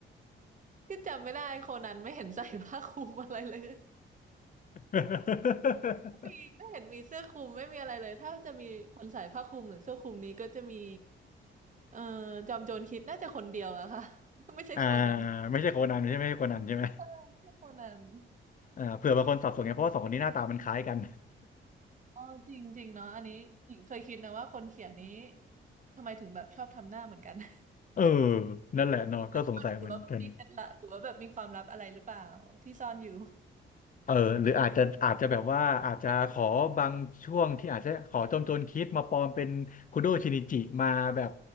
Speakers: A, on the right; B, on the left.
A: คือจำไม่ได้โคนันไม่เห็นใส่ผ้าคลุมอะไรเลย
B: <laughs>
A: มีไม่เห็นมีเสื้อคลุมไม่มีอะไรเลยถ้าจะมีคนใส่ผ้าคลุมหรือเสื้อคลุมนี้ก็จะมีเอ่อจอมโจรคิดน่าจะคนเดียวอะค่ะ <laughs> ไม่ใช่โคนนั้น
B: อ่าไม่ใช่โคนันใช่ไหมไม่ใช่โคนันใช่ไหม
A: ไม่ใช่โคนนั้น
B: อ่าเผื่อบางคนสับสนไงเพราะว่าสองคนนี้หน้าตามันคล้ายกัน
A: อ๋อจริงจริงเนาะอันนี้หญิงเคยคิดนะว่าคนเขียนนี้ทำไมถึงแบบชอบทำหน้าเหมือนกัน <laughs>
B: <laughs> เออนั่นแหละเนาะก็สงสัยเหมือนกัน
A: หรือว่ามันหรือว่ามันมีเคล็ดลับหรือว่าแบบมีความลับอะไรหรือเปล่าที่ซ่อนอยู่
B: เออหรืออาจจะอาจจะแบบว่าอาจจะขอบางช่วงที่อาจจะขอจอมโจรคิดมาปลอมเป็นคุโดชินิจิมาแบบ